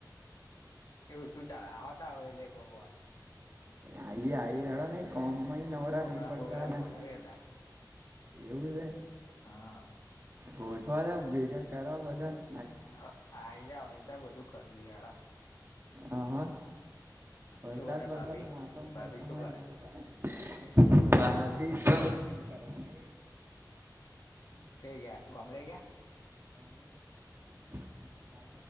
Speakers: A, on the left; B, on the right.
A: એવું શું ચાલે આવતા હોય <unintelligible> એક વાર.
B: આઈએ આઈએે <unintelligible> નહી કમમાં નવરા
A: પ્રોગ્રામ
B: નહી પડતા ને.
A: <unintelligible>
B: એવું છે.
A: હા.
B: ગોઠવા તા ભેગા કર બધા ને.
A: હા આઈ જા વાઈ જાા બધું કરી દયળ.
B: હ હા વરસાદ
A: શું કરે
B: વરસાદ
A: ભાભી
B: માસમ
A: ભાભી
B: વસમ
A: શું કરે
B: <unintelligible> <unintelligible>
A: ઇકે <unintelligible> ગામ મળે ગયા.
B: રહ્યા <inaudible>